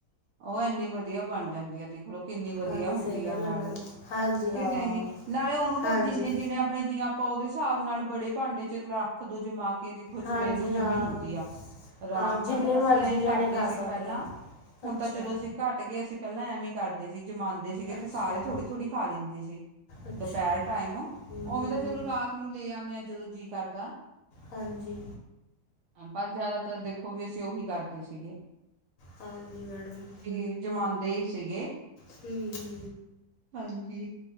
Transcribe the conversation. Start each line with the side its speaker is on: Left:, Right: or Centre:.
Right: ਉਹ ਐੰਨੀ ਵਧੀਆ ਬਣ ਜਾਂਦੀ ਏ ਦੇਖਲੋ ਕਿੰਨੀ ਵਧੀਆ
Left: ਹਾਂਜੀ
Right: ਹੁੰ
Left: ਸਹੀ
Right: ਦੀ ਈ
Left: ਗੱਲ
Right: ਐ ਨਾਲੇ
Left: ਹੈ ਮੈਡਮ ਹਾਂਜੀ
Right: ਕਿ
Left: ਹਾਂ
Right: ਨਹੀਂ ਨਾਲੇ ਉਹਨੂੰ ਤਾਂ
Left: ਹਾਂਜੀ
Right: ਜਿੰਨੇ ਜਿੰਨ ਮੈ ਆਪਣੇ ਜੀ ਆਪਾਂ ਉਹਦੇ ਹਿਸਾਬ ਨਾਲ ਬੜੇ ਭਾਂਡੇ ਚ ਰੱਖ ਦੋ ਜਮਾ ਕੇ ਤੇ ਉਹ
Left: ਹਾਂਜੀ
Right: ਸਵੇਰ ਨੂੰ ਜਮੀ
Left: ਹਾਂ
Right: ਹੁੰਦੀ ਆ ਆਰਾਮ
Left: ਹਾਂ
Right: ਨਾਲ
Left: ਜਿੰਨੇ
Right: ਅਸੀਂ
Left: ਮਰਜ਼ੀ
Right: ਐਂ
Left: ਜਾਣੇ
Right: ਕਰਦੇ
Left: ਖਾ
Right: ਸੀ
Left: ਸਕਦੇ
Right: ਪਹਿਲਾਂ
Left: ਆ
Right: ਹੁਣ
Left: ਅੱਛਾ
Right: ਤਾਂ ਚਲੋ ਅਸੀਂ ਘੱਟ ਗਏ ਅਸੀਂ ਪਹਿਲਾਂ ਐਵੇ ਏ ਕਰਦੇ ਸੀ ਜਮਾਨ ਦੇਸੀ ਗੇ
Left: ਅੱਛਾ
Right: ਤੇ ਸਾਰੇ
Left: ਮੈਮ
Right: ਥੋੜ੍ਹੀ-ਥੋੜ੍ਹੀ ਖਾ ਲੈਂਦੇ ਸੀ
Left: ਅੱਛਾ
Right: ਦੁਪਹਿਰ ਟਾਈਮ ਉਵੇਂ
Left: ਹਮ, ਹਮ,
Right: ਤੇ ਚਲੋ
Left: ਹਮ,
Right: ਰਾਤ ਨੂੰ ਲੈ ਆਣੇ ਆ ਜਦੋਂ ਜੀਅ ਕਰਦਾ
Left: ਹਾਂਜੀ
Right: ਪਰ ਜ਼ਿਆਦਾਤਰ ਦੇਖੋ ਵੀ ਅਸੀਂ ਉਹੀ ਕਰਦੇ ਸੀਗੇ
Left: ਹਾਂਜੀ ਮੈਡਮ
Right: ਈਰ ਜਮਾਂਦੇ ਸੀ ਗੇ
Left: ਹੂ ਹੂ
Right: ਹਾਂਜੀ